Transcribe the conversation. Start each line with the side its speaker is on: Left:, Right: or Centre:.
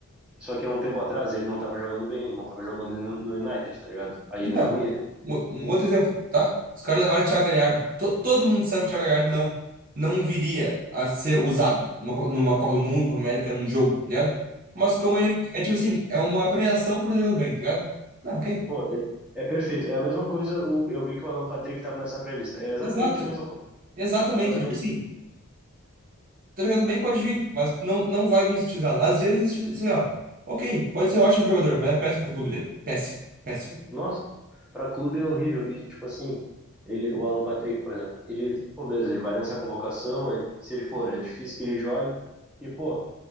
Centre: Só que há um tempo atrás ele não tava jogando bem, não tava jogando no no United, tá ligado? Aí
Right: E,
Centre: ele
Right: cara,
Centre: não ia.
Right: um, um outro exemplo, tá? Os caras levaram o Thiago Galhardo. To- todo mundo sabe que o Thiago Galhardo não, não viria a ser usado numa, Copa- numa Copa do Mundo, Copa América, num jogo, tá ligado? Mas como ele. É tipo assim, é uma premiação por jogar bem, tá ligado? Não, ok.
Centre: Pô, é, é perfeito. É a mesma coisa, o, eu vi que o Alan Patrick tava nessa pré-lista. É exatamente
Right: Exato.
Centre: a mesma coisa.
Right: Exatamente.
Centre: Exatamente.
Right: é Tipo assim, tá jogando bem, pode vir, mas não, não vai vir utilizado. Às vezes, isso, ó, ok, pode ser ótimo jogador, mas é péssimo pro clube dele. Péssimo, péssimo.
Centre: Nossa, pra clube é horrível. E, tipo assim, ele, o Alan Patrick, por exemplo, ele, pô, beleza, ele vai nessa convocação, ele- se ele for, é difícil que ele jogue. E, pô,